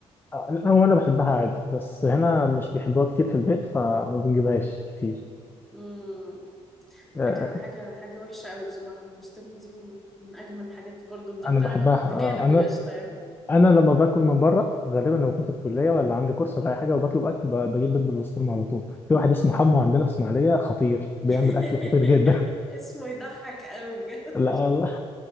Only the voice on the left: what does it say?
آه، لا هو انا بحبها عادي بس هنا مش بيحبوها كتير في البيت فما بنجيبهاش كتير
آه
آه،
انا بحبها
آه انا
انا لما باكل من بره غالبا لما كنت في الكليه ولا عندي كورس ولا اي حاجه وبطلب اكل ب- بجيب بيض بالبسطرمه على طول في واحد اسمه حمو عندنا في اسماعيليه خطير بيعمل
اكل خطير جدا
لا والله